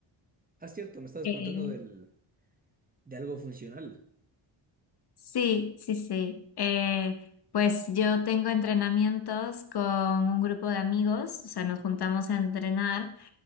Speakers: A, on the right; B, on the left.
A: Ah, cierto, me estabas
B: Eh,
A: contando del, de algo funcional.
B: Sí, sí, sí. Eh, pues yo tengo entrenamientos con un grupo de amigos, o sea, nos juntamos a entrenar